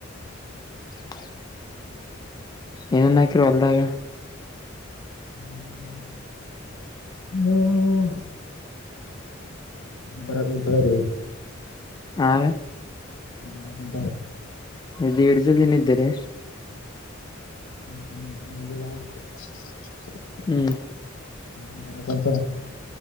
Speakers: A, on the left (about 20°); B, on the left (about 80°).
A: ಹ ಏನನ್ನ ಹಕರು ಅಲ್ದಾಗ
B: ಹ್ಮ್ ಹ್ಮ್ ಬರ ಗಟ ರ
A: ಹಾ ರ
B: ಹಟ
A: ಅದು ಎಡ್ ಜಲ್ ಏನ ಇದ್ದಾರೆ
B: ಹ್ಮ್ಿಲ್ಲಂತ
A: ಹ್ಮ್